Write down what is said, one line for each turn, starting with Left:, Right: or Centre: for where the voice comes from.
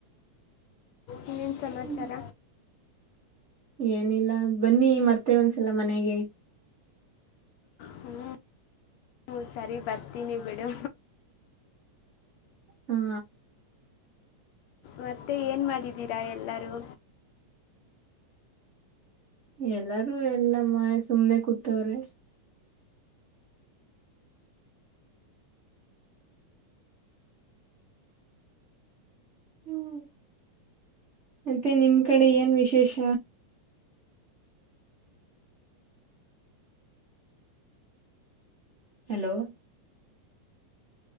Left: ಇನ್ನೇನ್ ಸಮಾಚಾರ.
Right: ಹ್ಮ್. ಏನಿಲ್ಲ ಬನ್ನಿ ಮತ್ತೆ ಒಂದ್ಸಲ ಮನೆಗೆ.
Left: ಹ್ಮ್ ಹ್ಮ ಸರಿ ಬರ್ತೀನಿ ಬಿಡು.
Right: ಹಾ
Left: ಮತ್ತೆ ಏನ ಮಾಡಿದ್ದೀರಾ ಎಲ್ಲರೂ.
Right: ಎಲ್ಲಾರೂ ಎಲ್ಲಮ್ಮ ಸುಮ್ನೆ ಕೂತವ್ರೆ. <unintelligible> ಮತ್ತೆ ನಿಮ್ ಕಡೆ ಏನ್ ವಿಶೇಷ. ಹಲೋ